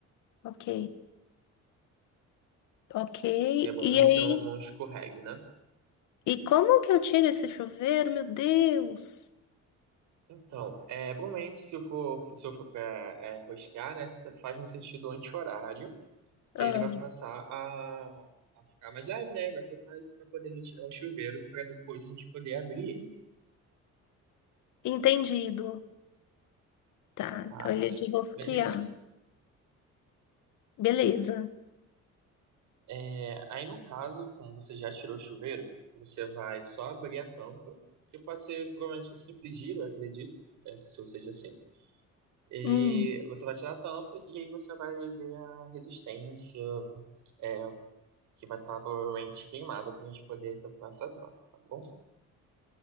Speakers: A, on the left; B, on the right.
A: ok, ok.
B: É bom
A: E aí?
B: que não, não escorregue, né?
A: E como que eu tiro esse chuveiro? Meu Deus!
B: Então, é, provavelmente se eu for, se eu for pra é, rosquear, né, você faz no sentido anti-horário, que
A: Ah.
B: aí ele vai começar a, a ficar mais leve, né, vai soltar isso pra poder retirar o chuveiro para depois a gente poder abrir ele,
A: Entendido. Tá,
B: tá?
A: então ele é de rosquear.
B: Beleza.
A: Beleza.
B: É, aí no caso, como você já tirou o chuveiro, você vai só abrir a tampa, que pode ser provavelmente um simples giro, eu acredito, é, que se eu seja assim. E
A: Hum,
B: você vai tirar a tampa e aí você vai ver a resistência, é, que vai estar provavelmente queimada pra gente poder efetuar essa troca, tá bom?